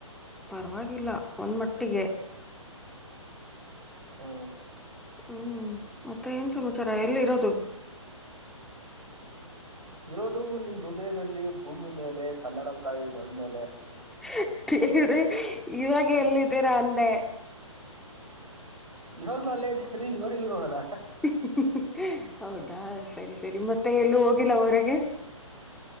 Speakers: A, in the centre; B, on the right.
A: ಪರವಾಗಿಲ್ಲ ಒಂದು ಮಟ್ಟಿಗೆ <inaudible>
B: ಹ್ಮ
A: ಹ್ಮ್ ಮತ್ತೆ ಏನ್ ಸಮಾಚಾರ ಎಲ್ಲಿ ಇರೋದು <inaudible>
B: ಇರೋದು ನಿಮ್ ಹೃದಯದಲ್ಲಿ ಭೂಮಿ ಮೇಲೆ ಕನ್ನಡ ತಾಯಿ ಮಣ್ಮೇಲೆ
A: <unintelligible> ಇವಾಗ ಎಲ್ಲಿದ್ದೀರ ಅಂದೇ
B: ಇವಾಗ್ಲು ಅಲ್ಲೇ ಇದೀ <unintelligible> ಇವಾಗ ಎಲ್ಲಿಗೆ ಹೋಗಣ
A: <unintelligible> ಹೌದು ಹಾ ಸರಿ ಸರಿ ಮತ್ತೆ ಎಲ್ಲೂ ಹೋಗಿಲ್ಲ ಹೊರಗೆ <inaudible>